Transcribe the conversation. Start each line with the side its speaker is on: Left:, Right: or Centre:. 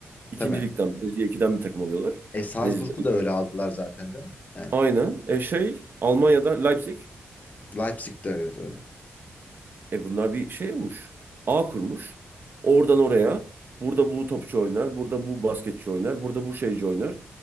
Right: İkinci
Left: Tabii.
Right: ligden Brezilya ikiden bir takım alıyorlar.
Left: E Salzburg'u
Right: Brezilya.
Left: da öyle aldılar zaten canım. Yani
Right: Aynen. E şey Almanya'da Leipzig.
Left: Leipzig de evet öyle.
Right: E bunlar bir şey olmuş. Ağ kurmuş. Oradan oraya. Burada bu topçu oynar. Burada bu basketçi oynar. Burada bu şeyci oynar.